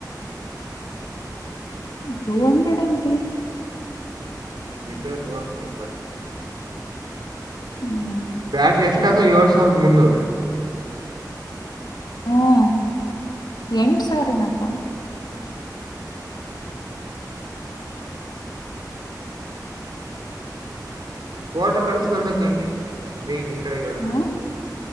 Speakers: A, on the left; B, on the right.
A: Two hundred MP.
B: ಇದ್ರಗ್ ತೋರಿಸ್ತಿವ ಬ
A: ಹ್ಮ
B: ಬ್ಯಾಟ್ರಿ ಎಷ್ಟಕ ಏಳ್ ಸಾವಿರದ ಮುನ್ನೂರೆ.
A: ಹ್ಮ್ ಎಂಟ್ ಸಾವರೇನಪ್ಪ.
B: <inaudible> ಪೋಟೋ ಕಳಸ ನಂದಕ್ಕ ಹಂಗೆ ವಿಮ್ ಈಕಡೆ ಗಾಳ್ದು.
A: ಹ